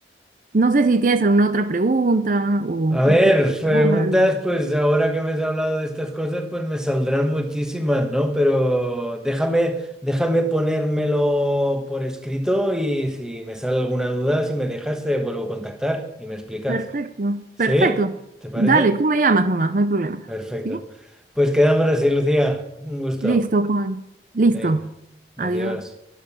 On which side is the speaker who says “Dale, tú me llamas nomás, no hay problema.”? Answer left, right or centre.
Right